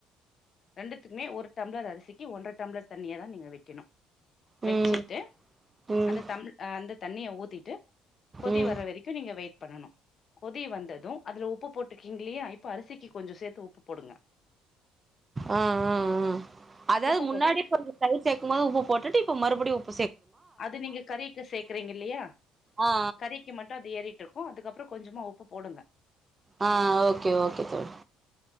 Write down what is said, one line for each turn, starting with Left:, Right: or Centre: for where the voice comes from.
Left: ரெண்டுத்துக்குமே ஒரு டம்பளர் அரிசிக்கு ஒன்ற டம்பளர் தண்ணியதா நீங்க வைக்கணு
Right: ம்
Left: வைச்சிட்டு
Right: ம் ம்
Left: அந்த தம் அந்த தண்ணிய ஊத்திட்டு கொதி
Right: ம்
Left: வர வரைக்கும் நீங்க வைட் பண்ணனும் கொதி வந்ததும் அதுல உப்பு போட்டுருக்கீங்கலையா இப்ப அரிசிக்கு கொஞ்சம் சேத்து உப்பு போடுங்க
Right: அ அ அ அதாது
Left: உப்பு
Right: முன்னாடி
Left: போட்டு
Right: கொஞ்ச தயிர் சேக்குமோது உப்பு போட்டு இப் மறுபடி உப்
Left: அது நீங்க கறிக்கு சேக்கறீங்க இல்லையா
Right: ஆ ஆ
Left: கறிக்கு மட்டும் அது ஏறிட்டு இருக் கும் அதுக்ப்புற கொஞ்சமா உப்பு போடுங்க
Right: ஆ ஓகே ஓகே தோழி